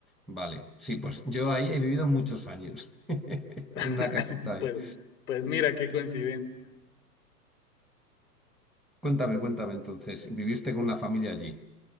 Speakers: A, in the centre; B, on the left.
A: Vale, sí, pues yo ahí he vivido muchos años, <laughs> en
B: <laughs>
A: una casita ahí.
B: Pues, pues mira, qué coincidencia.
A: Cuéntame, cuéntame entonces, ¿viviste con una familia allí?